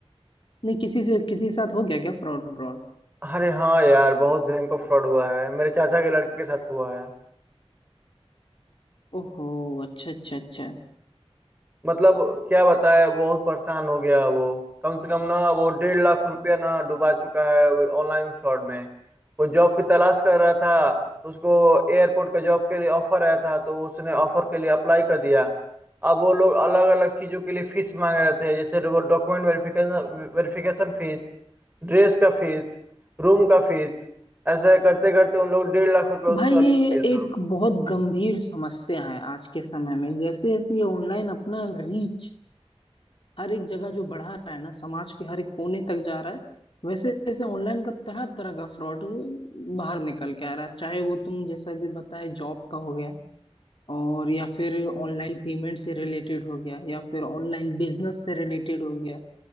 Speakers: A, on the left; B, on the right.
A: नहीं किसी से किसी के साथ हो गया क्या फ्रॉड व्रॉड
B: अरे हाँ यार बहुत भयंकर फ्रॉड हुआ है मेरे चाचा के लड़के के साथ हुआ है
A: ओहो अच्छा अच्छा अच्छा
B: मतलब क्या बताए बहुत परेशान हो गया वो कम से कम ना वो डेढ़ लाख रुपया ना डुबा चुका है ऑनलाइन फ्रॉड में वो जॉब की तलाश कर रहा था उसको एयरपोर्ट का जॉब के लिए ऑफर आया था तो उसने ऑफर के लिए अप्लाई कर दिया अब वो लोग अलग अलग चीज़ों के लिए फीस मांग रहे थे जैसे document verification verification fee dress का फीस रूम का फीस ऐसे करते करते उन लोग डेढ़ लाख रुपया उसका
A: भाई ये
B: लूट लिया साहब
A: एक बहुत गंभीर समस्या है आज के समय में जैसे जैसे ये ऑनलाइन अपना रीच हर एक जगह जो बढ़ा रहा है ना समाज के हर एक कोने तक जा रहा है वैसे वैसे ऑनलाइन का तरह तरह का फ्रॉड बाहर निकल के आ रहा है चाहे वो तुम जैसा भी बताए जॉब का हो गया और या फिर ऑनलाइन पेमेंट से रिलेटेड हो गया या फिर ऑनलाइन बिजनेस से रिलेटेड हो गया